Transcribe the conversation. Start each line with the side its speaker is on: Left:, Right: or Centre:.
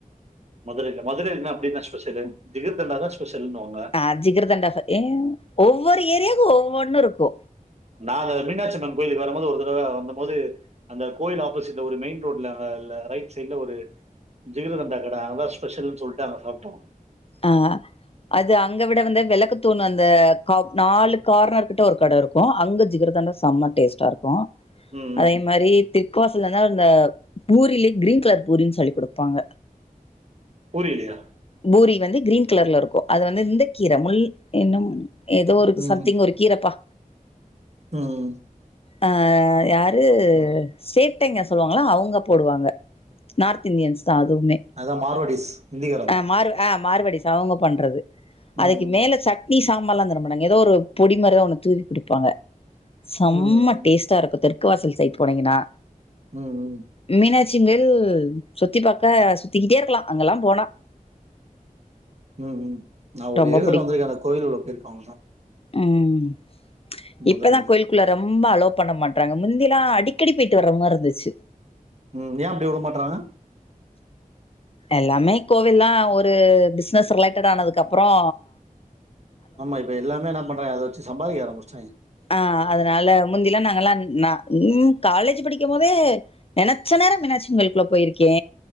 Right: மதுரையில மதுரைல அப்டி என்னா ஸ்பெஷலு ஜிகர்தண்டா தா ஸ்பெஷலுன்வாங்க
Left: ஆ ஜிகருதண்டா ஏ ஒவ்வொரு ஏரியாவுக்கு ஒவ்வொன்னு இருக்கு
Right: நா அந்த மீனாட்சிம்மன் கோயிலுக்கு வரும்போது ஒரு தடவ வந்த போது அந்த கோயில் ஆப்போசிட்ல ஒரு மெயின் ரோட்ல அ ரைட் சைட்ல ஒரு ஜிகிர்தண்டா கட அங்கதா ஸ்பெஷல்னு சொல்லிட்டு அங்க சாப்ட்டோ
Left: அ அது அங்க விட வந்து வெளக்கு தூணு அந்த க நாலு கார்னர் கிட்ட ஒரு கட இருக்கு அங்க ஜிகர்தண்டா செம்ம டேஸ்ட்டா இருக்கு
Right: ம்
Left: அதே மாரி தெற்குவாசலனா அந்த பூரில கிரீன் கலர் பூரின்னு சொல்லி குடுப்பாங்க
Right: பூரிலயா
Left: பூரி வந்து கிரீன் கலர்ல இருக்கு அது வந்து இந்த கீர முள் என்னம் எதோ ஒரு
Right: ம்
Left: சம்திங் ஒரு கீரப்பா
Right: ம்
Left: அ யாரு சேட்டைங்க சொல்லுவாங்களா அவுங்க போடுவாங்க நார்த் இந்தியன்ஸ் தா அதுவுமே
Right: அதா மார்வாடிஸ் இந்திக்காரவுங்க
Left: ஆ மார் ஆ மார்வாடிஸ் அவுங்க பண்றது அதுக்கு
Right: ம்
Left: மேல ச ட்னி சாம்பார் எல்லா தரமாட்டாங்க எதோ ஒரு பொடி மாறிதா ஒன்னு தூவி குடுப்பாங்க செம்ம
Right: ம் ம்
Left: டேஸ்ட் ச்சாருக்கு தெற்கு வாசல் சைட் போனீங்ன்னா
Right: ம்
Left: மீனாட்சிங்கள் சுத்தி பாக்க சுத்திக்கிட்டே இருக்கலா அங்கெல்லா போனா
Right: ம் ஹும் நா ஒரே
Left: ரொம்ப
Right: ஒருதரோ
Left: புடிக்கு
Right: வந்துருக்கே அந்த கோயிலுக்குள்ள போயிருக்க அவ்ளதா
Left: ம் இப்பதா
Right: மதுரைக்கு
Left: கோயில் குள்ள ரொம்ப அலோ பண்ண மாட்டறாங்க முந்திலா அடிக்கடி போயிட்டு வர்ற மார இருந்துச்சு
Right: ம் ஏ அப்டி உட மாட்றாங்க
Left: எல்லாமே கோவில்னா ஒரு பிசினஸ் ரிலேடட் ஆனதுக்கப்றோ
Right: ஆமா இப்ப எல்லாமே என்ன பண்றா அத வெச்சி சாம்பாதிக்க ஆரம்முச்டாய்ங்க
Left: ஆ அதனால முந்திலா நாங்கலா நா ன் காலேஜ் படிக்கு போதே நெனச்ச நேர மீனாச்சியம்மன் கோயில்குள்ள போயிருக்கே